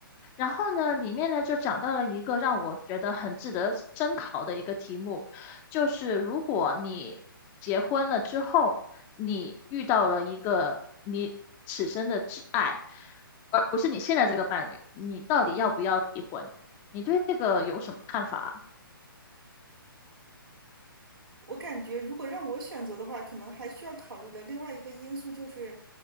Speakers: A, on the left (about 20°); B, on the right (about 85°).
A: 然后呢，里面呢就讲到了一个让我觉得很值得深考的一个题目，就是如果你结婚了之后，你遇到了一个你此生的挚爱，而不是你现在这个伴侣，你到底要不要离婚？
B: 嗯，
A: 你对这个有什么看法啊
B: 我感觉如果让我选择的话，可能还需要考虑的另外一个因素就是，